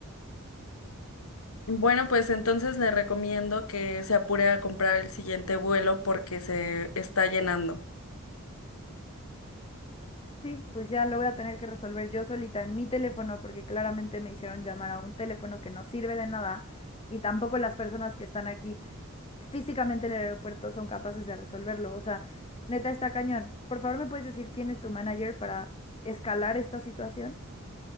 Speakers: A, on the left (about 80°); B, on the left (about 25°).
A: Bueno, pues entonces le recomiendo que se apure a comprar el siguiente vuelo porque se está llenando.
B: Sí, pues ya lo voy a tener que resolver yo solita en mi teléfono porque claramente me hicieron llamar a un teléfono que no sirve de nada y tampoco las personas que están aquí físicamente en el aeropuerto son capaces de resolverlo. O sea, neta está cañón. Por favor, ¿me puedes decir quién es tu manager para escalar esta situación?